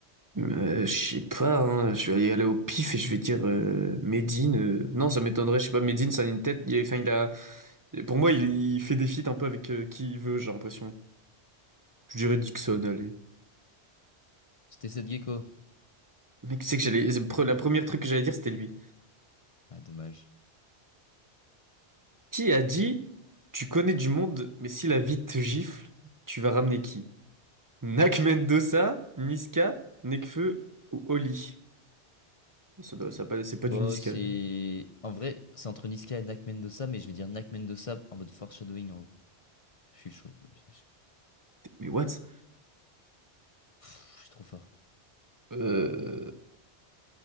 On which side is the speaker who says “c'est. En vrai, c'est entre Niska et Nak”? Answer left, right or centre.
Left